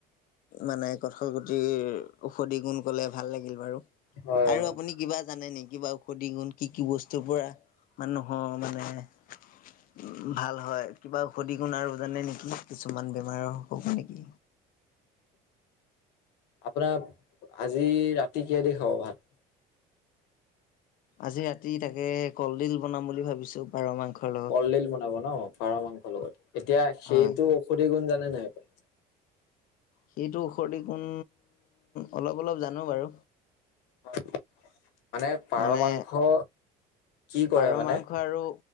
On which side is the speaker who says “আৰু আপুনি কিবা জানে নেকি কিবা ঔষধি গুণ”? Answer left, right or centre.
Left